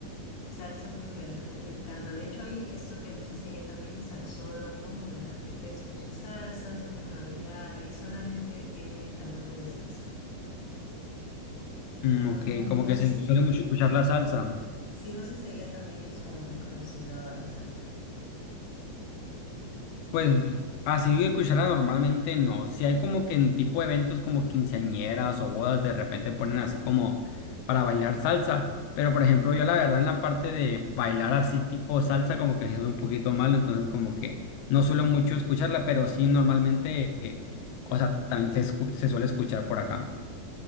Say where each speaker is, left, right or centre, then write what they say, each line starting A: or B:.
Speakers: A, on the left; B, on the left.
A: Salsa porque a la gente le encanta. De hecho, hay esto que no sé si allá también, salsódromos, donde la gente escucha salsa, se pone a bailar y solamente vienen cantantes de salsa.
B: Mm,
A: No,
B: ok,
A: no, no,
B: como que
A: s-
B: se suele mucho escuchar la salsa.
A: sí, no sé si allá también es como muy conocido la salsa.
B: Pues así de cuchara normalmente no. Si hay como que en tipo de eventos como quinceañeras o bodas, de repente ponen así como para bailar salsa. Pero por ejemplo, yo la verdad en la parte de bailar así tipo salsa, como que sí soy un poquito malo, entonces como que no suelo mucho escucharla, pero sí normalmente, eh, o sea, también se, escu- se suele escuchar por acá.